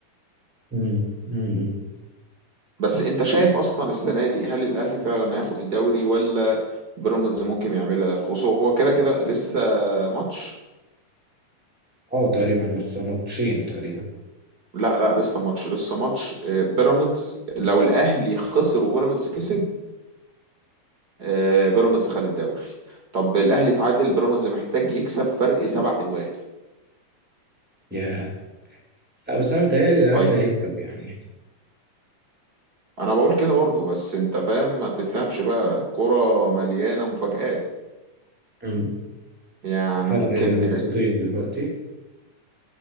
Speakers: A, in the centre; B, on the right (about 45°).
A: امم امم
B: بس أنت شايف أصلا السنة دي هل الأهلي فعلا هياخد الدوري ولا بيراميدز ممكن يعملها خصوصا هو كده كده لسه ماتش
A: اه تقريبا لسه ماتشين تقريبا
B: لا لا لسه ماتش لسه ماتش آه، بيراميدز لو الاهلي خسر وبيراميدز كسب آه، بيراميدز خد الدوري طب الاهلي تعادل بيراميدز محتاج يكسب فرق سبع تجوان
A: يا لا بس انا متهيألي الاهلي
B: طيب
A: هيكسب يعني
B: انا بقول كده برضو بس انت فاهم ما تفهمش بقى الكرة مليانة مفاجآت
A: امم
B: <laughs> يعني
A: فرق
B: ممكن تلاقي
A: نقطتين دلوقتي